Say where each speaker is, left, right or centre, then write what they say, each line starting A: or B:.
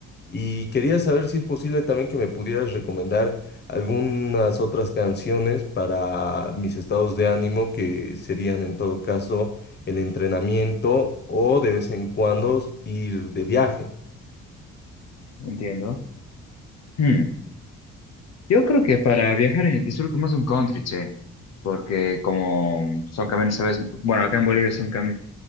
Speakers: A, on the left; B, on the left.
A: y quería saber si es posible también que me pudieras recomendar algunas otras canciones para mis estados de ánimo, que serían en todo caso el entrenamiento o de vez en cuando ir de viaje.
B: entiendo. Hmm, Yo creo que para viajar eh, disfruto más un country, che, porque como son caminos, ¿sabes? Bueno, acá en Bolivia son caminos